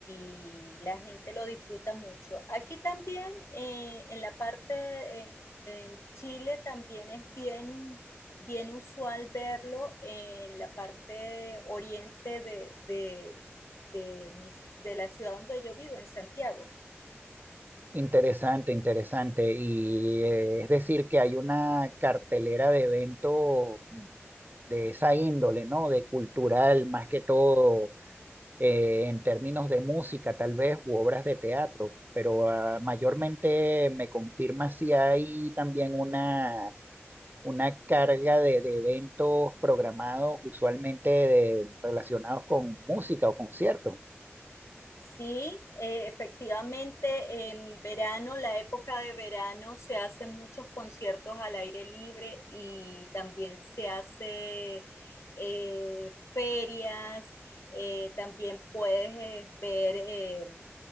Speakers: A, on the left; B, on the right.
A: y la gente lo disfruta mucho. Aquí también, eh, en la parte, eh, en Chile también es bien, bien usual verlo en la parte oriente de, de, de mis- de la ciudad donde yo vivo, en Santiago.
B: Interesante, interesante. Y eh, es decir, que hay una cartelera de eventos de esa índole, ¿no? De cultural, más que todo, eh, en términos de música, tal vez, u obras de teatro. Pero ah, mayormente me confirma si hay también una una carga de, de eventos programados, usualmente de- relacionados con música o conciertos.
A: Sí, eh, efectivamente, en verano, la época de verano, se hacen muchos conciertos al aire libre y también se hace eh, ferias, eh, también puedes eh, ver eh,